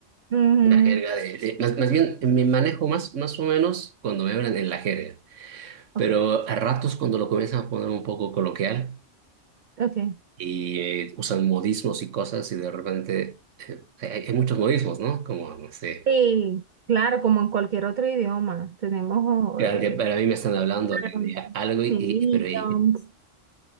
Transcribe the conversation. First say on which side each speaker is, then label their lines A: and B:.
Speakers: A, on the right (about 55°); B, on the right (about 80°).
A: Ujú,
B: La jerga de, de- más, más bien me manejo más, más o menos cuando me hablan en la jerga,
A: Ok,
B: pero a ratos cuando lo comienzan a poner un poco coloquial
A: ok.
B: y eh, usan modismos y cosas y de repente eh, hay, hay muchos modismos, ¿no? Como, no sé,
A: Sí, claro, como en cualquier otro idioma, tenemos
B: claro
A: eh,
B: que para mí me están hablando de, de
A: Mm.
B: algo y,
A: sí,
B: y- pero
A: idioms.
B: y-